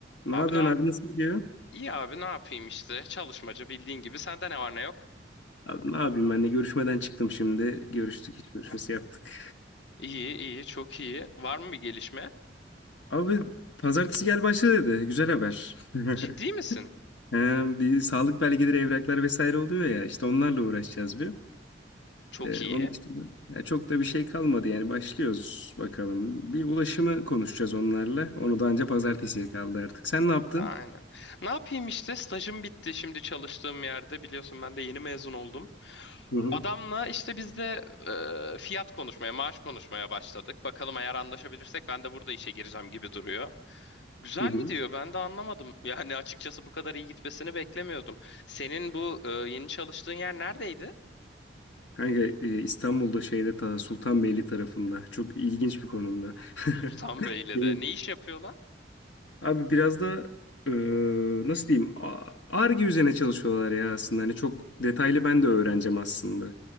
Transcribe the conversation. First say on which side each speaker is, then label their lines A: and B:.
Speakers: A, on the left (about 80°); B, on the left (about 70°).
A: Ne
B: Abi
A: yapıyorsun
B: ne yap?
A: abi nasıl gidiyor?
B: İyi abi ne yapayım işte. Çalışmaca bildiğin gibi. Sende ne var ne yok?
A: Abi ne yapayım ben de görüşmeden çıktım şimdi. Görüştük hiç görüşmesi yaptık.
B: İyi iyi çok iyi. Var mı bir gelişme?
A: Abi pazartesi gel başla dedi. Güzel haber. <laughs>
B: Ciddi misin?
A: He, bir sağlık belgeleri, evraklar vesaire oluyor ya. işte onlarla uğraşacağız bir.
B: Çok
A: Ee,
B: iyi.
A: onun için de- ya çok da bir şey kalmadı yani başlıyoruz bakalım. Bir ulaşımı konuşacağız onlarla. Onu da anca pazartesiye kaldı artık. Sen ne yaptın?
B: Aynen. Ne yapayım işte stajım bitti şimdi çalıştığım yerde biliyorsun ben de yeni mezun oldum.
A: Hı hı.
B: Adamla işte biz de e, fiyat konuşmaya, maaş konuşmaya başladık. Bakalım eğer anlaşabilirsek ben de burada işe gireceğim gibi duruyor. Güzel
A: Hı hı.
B: gidiyor ben de anlamadım. Yani açıkçası bu kadar iyi gitmesini beklemiyordum. Senin bu e, yeni çalıştığın yer neredeydi?
A: Kanka e, İstanbul'da şeyde ta Sultanbeyli tarafında çok ilginç bir konumda.
B: Sultan Bey'le
A: <laughs>
B: de. Ne iş yapıyorlar?
A: Abi biraz da eee, nasıl diyeyim ar üzerine çalışıyorlar ya aslında. Hani çok detaylı ben de öğreneceğim aslında.